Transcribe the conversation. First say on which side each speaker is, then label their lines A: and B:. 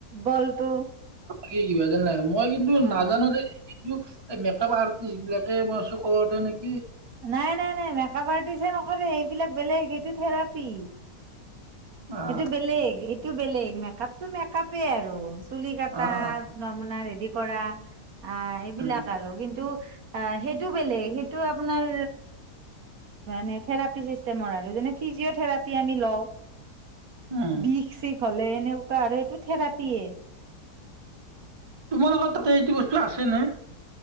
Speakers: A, on the right; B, on the right.
A: গলটো
B: কি কিবা যেন নাই। মই কিন্তু
A: অ
B: নাজানো
A: অ
B: দে। এ মেকআপ আৰ্টিষ্ট বিলাকে নে <unintelligible> নে
A: নাই নাই নাই মেকআপ আৰ্ট টিছে নকৰে, এইবিলাক বেলেগ সেইটো থেৰাপি।
B: অ
A: সেইটো বেলেগ, এইটো বেলেগ মান কাপতটো মেকাপে আৰু তুলি কটা
B: অ অ
A: আপনা আপোনাৰ হেৰিত কৰা অ এইবিলাক
B: উম
A: আৰু কিন্তু আ সেহ। ইটো বেলেগ, সেইটো আপোনাৰ মানে থেৰাপী চিছতেমৰ আৰু মানে ফিজিঅ' থেৰাপী আমি লওঁ।
B: উম
A: বিষ চিষ হলে এনেকুৱা আৰু হেটো থেৰাপিয়ে।
B: তোমাৰ লগত তাতে এইটো বস্তু আছেনে?